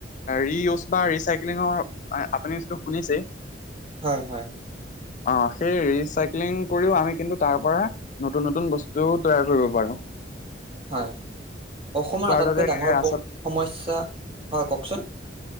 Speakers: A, on the left (about 45°); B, on the right (about 30°).
A: ৰিউজ বা ৰিচাইক্লিঙৰ আপুনি যিটো শুনিছে।
B: হয় হয়।
A: অ' সেই ৰি চাইক্লিং কৰিও আমি কিন্তু, তাৰ পৰা নতুন নতুন বস্তুও তৈয়াৰ কৰিব পাৰোঁ।
B: হয় অসমৰ আটাইতকৈ
A: দৰে
B: ডাঙৰ
A: আচল
B: সমস্যা। হয়, কওকচোন।